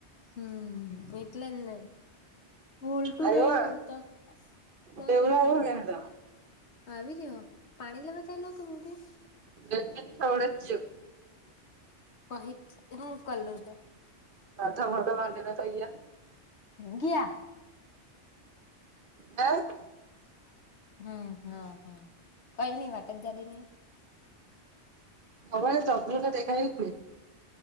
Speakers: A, on the left; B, on the right.
A: હમ એટલે લ લ વોલ્ટું
B: જાય
A: રહેેવું પડત
B: અ
A: તો
B: બેવલા
A: નહી થાય
B: એવું ગેવડે
A: આવી રહ્યો પાણી લેવાતા લોકો માટે
B: <inaudible>
A: કહી હું કલું તો
B: હાથ મો તો વાણડેને તોાઈયા
A: ગયા
B: હ
A: હમ હમ હમ કઈ નહી વાટત દડી ને
B: હવા ચબ્ર નાેખાઈ કુે